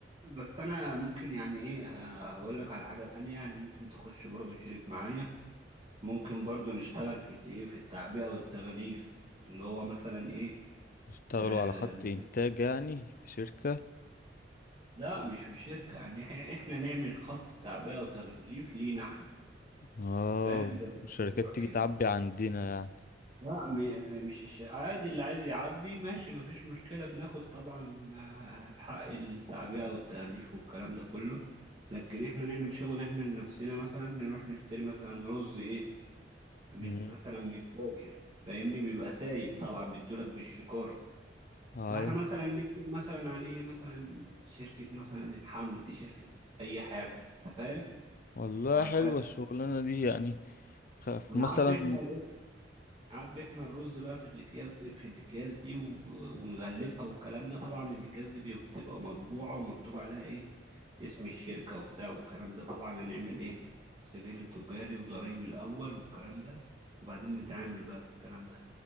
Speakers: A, on the right; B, on the left.
A: بس انا ممكن يعني ايه آه، اقول لك على حاجه تانية يعني ممكن تخش برضو شريك معايا ممكن برضو نشتغل في الايه في التعبئه والتغليف اللي هو مثلا ايه
B: اشتغلوا
A: آه
B: على خط
A: بت-
B: إنتاج يعني في شركة
A: لا مش في الشركه يعني إح- احنا نعمل خط تعبئه وتغليف لينا احنا
B: اه
A: فاهم زي مشروع
B: الشركات تيجي
A: كده
B: تعبي عندنا يعني
A: لا م- مش الش- عادي اللي عايز يعبي ماشي مفيش مشكلة بناخد طبعا آه، حق التعبئة والتغليف والكلام ده كله لكن احنا نعمل شغل احنا لنفسنا مثلا نروح نشتري مثلا رز ايه من
B: مم.
A: مثلا من باجر فاهمني بيبقى سايب طبعا بيدولك بالشكارة
B: أيوة
A: فاحنا مثلا نكتب مثلا عليه مثلا شركة مثلا الحمد شركة أي حاجة أنت فاهم
B: والله
A: وهكذا
B: حلوة الشغلانة دي يعني خ-
A: ونعبي
B: مثلا
A: احنا عبي احنا الرز بقى في الاكياس في الاكياس دي و- ونغلفها والكلام ده طبعا الاكياس دي بيب- بتبقى مطبوعه ومكتوب عليها ايه اسم الشركه وبتاع والكلام ده طبعا هنعمل ايه سجل تجاري وضريبي الاول والكلام ده وبعدين نتعامل بقى في الكلام ده